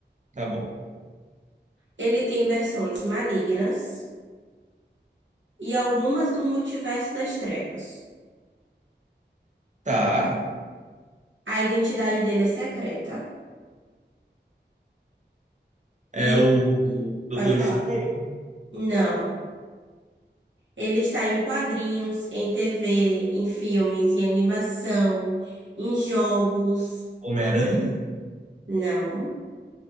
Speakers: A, on the right; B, on the right.
A: Tá bom.
B: Ele tem versões malignas e algumas do multiverso das trevas.
A: Tá.
B: A identidade dele é secreta e...
A: É o
B: e-
A: Doutor
B: Pode falar.
A: Estranho,
B: Não. Ele está em quadrinhos, em TV, em filmes, em animação, em jogos.
A: Homem-Aranha.
B: Não.